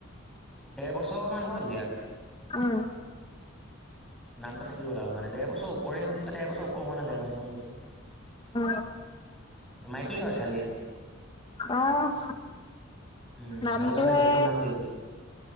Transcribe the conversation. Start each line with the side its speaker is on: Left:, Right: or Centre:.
Centre: ডেৰ বছৰমান হ'ল ইয়াৰ।
Left: উম।
Centre: নামটো থাকি গ'ল আৰু মানে দে বছৰওপৰেই হল এ ডেৰ বছৰওপৰ হোৱা নাই, ডেৰ বছৰ মান হৈছে।
Left: অ।
Centre: মাইকী হয়, খালী।
Left: অ',
Centre: উম
Left: নামটো
Centre: সেইটো কাৰণে
Left: হে
Centre: জেকু নাম দিলো